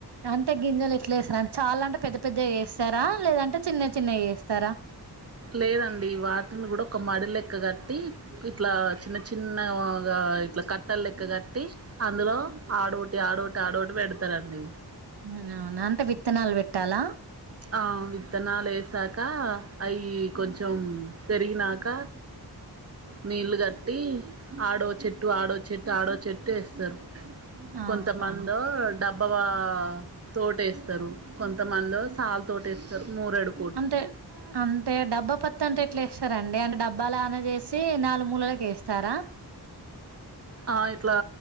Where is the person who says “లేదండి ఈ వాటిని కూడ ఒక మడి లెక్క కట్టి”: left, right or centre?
Right